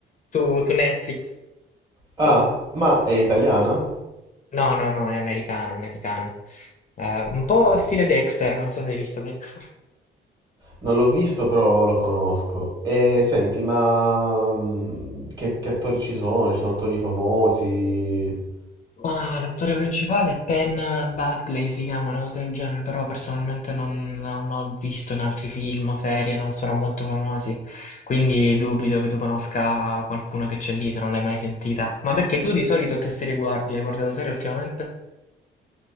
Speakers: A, on the left; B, on the right.
A: su, su Netflix.
B: Ah, ma è italiana?
A: No, no, no, è americana, è americana. Eh, un
B: Ok.
A: po' stile Dexter, non so se hai visto Dexter.
B: Non l'ho visto, però lo conosco. E senti, ma mm, che, che attori ci sono? Ci sono attori famosi?
A: Ma l'attore principale è Penn Badgley, si chiama una cosa del genere, però personalmente non, non ho visto in altri film o serie, non sono molto famosi, quindi dubito che tu conosca qualcuno che c'è lì se non l'hai mai sentita. Ma perché tu di solito che serie guardi? Hai guardato serie ultimamente?